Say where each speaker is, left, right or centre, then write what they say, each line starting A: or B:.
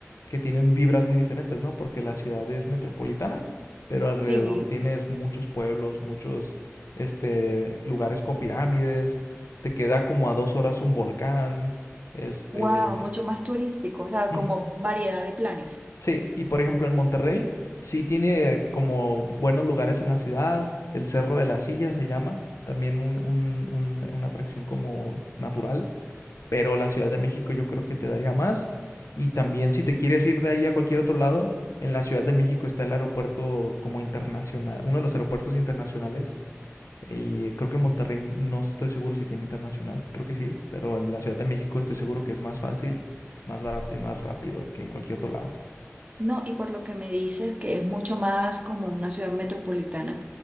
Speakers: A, on the left; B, on the right.
A: que tienen vibras muy diferentes, ¿no? Porque la ciudad es metropolitana, pero alrededor
B: Sí,
A: tienes muchos pueblos, muchos este lugares con pirámides, te queda como a dos horas un volcán, este...
B: wow, mucho más turístico, o sea,
A: ujú,
B: como variedad de planes.
A: Sí, y por ejemplo en Monterrey sí tiene como buenos lugares en la ciudad, el Cerro de la Silla se llama, también un- un- un- una atracción como natural, pero la Ciudad de México yo creo que te daría más. Y también si te quieres ir de ahí a cualquier otro lado, en la Ciudad de México está el aeropuerto como internacional, uno de los aeropuertos internacionales y creo que Monterrey no estoy seguro si tiene internacional, creo que sí, pero en la Ciudad de México estoy seguro que es más fácil, más barato y más rápido que en cualquier otro lado.
B: No, y por lo que me dices, que es mucho más como una ciudad metropolitana,